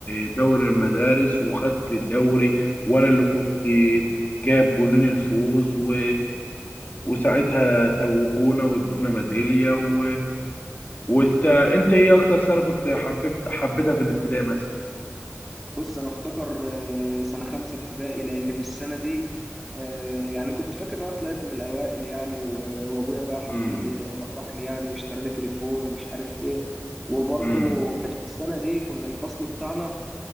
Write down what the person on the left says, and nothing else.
دوري المدارس وخدت الدوري وانا اللي كنت جاب جونين الفوز و... وساعتها توجونا وادونا ميداليه و... وانت انت ايه اكتر سنه كنت حبيت حبيتها في الابتدائي مثلا
امم
امم